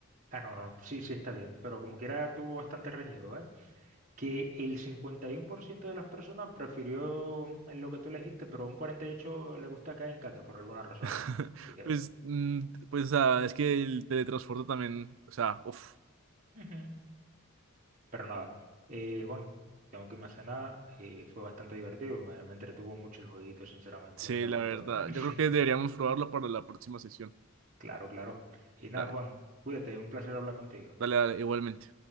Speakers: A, on the right; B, on the right.
A: Ah, no, no, sí, sí está bien, pero como quiera tuvo bastante reñido, ¿eh? Que el 51% de las personas prefirió lo que tú elegiste, pero un 48% le gusta caer en caca por alguna razón,
B: <laughs>
A: ¿eh? Así que...
B: Pues, mm, pues, o sea, es que el teletransporte también, o sea, uff,
A: ujú. Pero nada, eh, Juan, tengo que irme a cenar. eh, fue bastante divertido, me, me entretuvo mucho el jueguito, sinceramente,
B: sí,
A: me
B: la
A: gustó,
B: verdad.
A: ¿eh? <laughs>
B: Yo creo que deberíamos probarlo para la próxima sesión.
A: Claro, claro. Y nada,
B: Dale,
A: Juan, cuídate, un placer hablar contigo.
B: dale, dale, igualmente.